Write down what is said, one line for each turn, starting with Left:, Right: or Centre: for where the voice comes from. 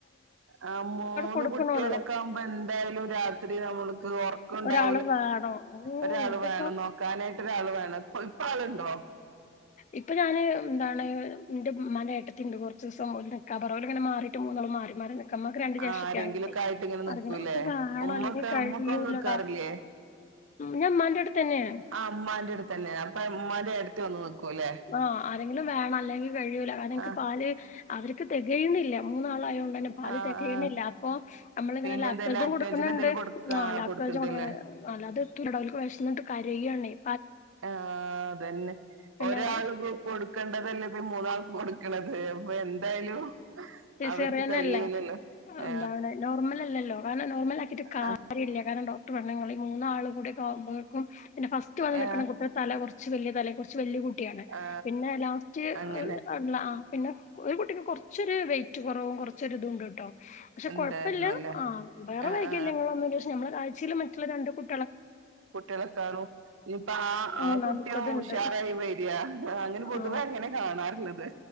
Right: ആ മൂന്ന്
Left: കൊടുക്കണുള്ളൂ
Right: കുട്ടികളൊക്കെ ആകുമ്പോ എന്തായാലും രാത്രി നമ്മൾക്ക് ഉറക്കുണ്ടാവ
Left: ള വേണം. ഓഹ്
Right: ഒരാൾ
Left: ഇതൊക്കെ
Right: വേണം നോക്കാനായിട്ട് ഒരാൾ വേണം ഇപ്പ ഇപ്പ ആളുണ്ടോ
Left: ഇപ്പൊ ഞാന് എന്താണ് എന്റെ ഉമ്മാന്റെ ഏട്ടത്തി ഉണ്ട് കുറച്ച് ദിവസം ഓൾ നികാന്ന് പറഞ്ഞ് ഓൾ ഇങ്ങനെ മാറിയിട്ട് മൂന്നോളം മാറി മാറി. നിക്കാ ഇമ്മാക്ക് രണ്ട് ജേഷ്ഠത്തിയാള്ണ്ടേ
Right: ആ ആരെങ്കിലുംക്കെ ആയിട്ട് ഇങ്ങനെ നിക്കൂല്ലേ
Left: ആരെങ്കിലും ഒക്കെ വേണം
Right: ഉമ്മക്കെ
Left: അല്ലെങ്കി കഴിയൂലടാ
Right: ഉമ്മൊക്കെ വന്ന് നിക്കാറില്ലേ
Left: ഞാൻ ഇമ്മാന്റെ അടുത്തന്നെയാണ്
Right: അ ഇമ്മന്റ് അടുത്തെന്നെന്ന് അപ്പ ഇമ്മാന്റെ ഏട്ടത്തി വന്ന് നിക്കൂല്ലേ
Left: ആഹ് ആരെങ്കിലും വേണം അല്ലെങ്കിൽ കഴിയൂലാകരണംനിക്ക്
Right: ആഹ്
Left: പാൽ അവർക്ക് തികയുന്നില്ല മൂന്നാളായതെണ്ട് മ പാൽ
Right: ആഹ്
Left: തെകയുന്നില്ല
Right: ആഹ്
Left: ന ലപ്പോ നമ്മളിങ്ങനെ
Right: പിന്നെ
Left: ലാപ്ടോപ്ും
Right: എന്തേലും ആക്ടോജൻ
Left: കൊടുക്കുന്നുണ്ട്
Right: എന്തേലും കൊടുക്കാ
Left: ലാപ്ടോപ്ും
Right: കൊടുക്കണ്ടല്ലേ
Left: അല്ലാതെതുലട വിശന്നിട്ടു കാര്യ യനായ്
Right: ആ അതന്നെ
Left: പിന്നെ
Right: ഒരാൾ കൊടുക്കണ്ടതല്ലേ മൂന്നാൾ കൊടുക്കണത് അപ്പൊ എന്തായാലും
Left: സിസെറിയന്നെല്ല
Right: അവർക്ക് തികയൂലല്ലോ ആ
Left: എന്ത നോർമൽ അല്ലല്ലോ കാരണം നോർമൽ ആക്കിട്ട് കാര്യമല്ല
Right: ആ
Left: കാരണം ഡോക്ടർ ിൽ മൂന്നാ ആൾ കൂടികുമ്പോൾക്കും പിന്നെ ഫസ്റ്റ് വന്ന്
Right: ആ,
Left: നിൽക്കുന്ന കുട്ടിക തല കുറ കുറ വലിയ തല കുറച്ച് വലിയ കുട്ടിയാണ്
Right: ആ,
Left: പിന്നെ ലാസ്റ്റ്
Right: അങ്ങനെ
Left: ഉള്ള ആ പിന്നെ ഒരു കുട്ടിക്ക് കുറച്ചൊരു വെയിറ്റ് കുറവും കുറച്ചൊരി ഇതുംണ്ട് കേട്ടോ പക്ഷെ
Right: എന്തായിരുന്നു
Left: കൊഴപ്പമില്ല
Right: അല്ലേ
Left: ആ വേറെ
Right: ആ
Left: വൈകല്യങ്ങളൊന്നുമില്ല
Right: ആ
Left: പക്ഷെ ഞമ്മള് കാഴ്ചയിൽ മറ്റുള്ള രണ്ട് കുട്ട
Right: കുട്ടികളൊക്കെ ആണു ഇനിയിപ്പ ആ ആ
Left: മൂന്നാമത്തതുണ്ട്
Right: കുട്ടിയും ഉഷാറായി വരിയാ അങ്ങനെ പൊതുവേ
Left: ആ
Right: അങ്ങനെ കാണാറുള്ളത്